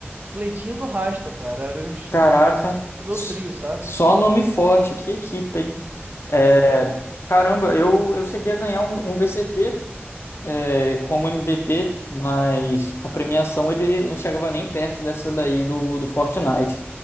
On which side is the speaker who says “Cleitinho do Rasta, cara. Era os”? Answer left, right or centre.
Right